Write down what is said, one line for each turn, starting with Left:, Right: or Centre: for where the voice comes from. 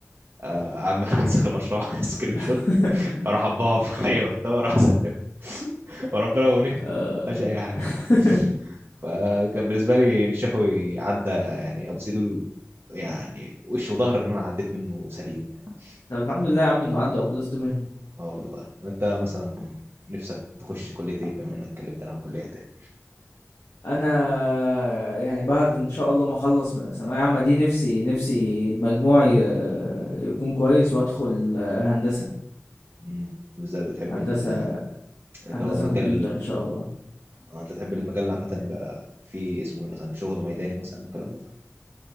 Right: آه، عم <laughs> انسخ المشروع سكرين
Left: <laughs>
Right: شوت اروح اطبعه في اي مكتبه اروح اسلمه <laughs> <applause> وربنا لو نفعت
Left: اه
Right: مش اي حاجه
Left: <laughs>
Right: يعني فكان بالنسبه لي ان الشفوي عدى يعني ابو سيدو يعني وش وظهر ان انا عديت منه سليم يعني
Left: طب الحمد لله يا عم انه عدى وخلصت منه
Right: اه والله وانت مثلا نفسك تخش كليه ايه بما انك اتكلمت عن الكليه تاني
Left: انا يعني بعد ان شاء الله ما اخلص من الثانويه عامه دي نفسي نفسي المجموع ي- يكون كويس وادخل هندسه
Right: امم بالذات بتحب
Left: هندسه
Right: ال- اللي
Left: هندسه
Right: هو مجال
Left: كمبيوتر ان شاء الله
Right: آه، انت تحب المجال عامه يبقى فيه اسمه ايه مثلا شغل ميداني مثلا والكلام ده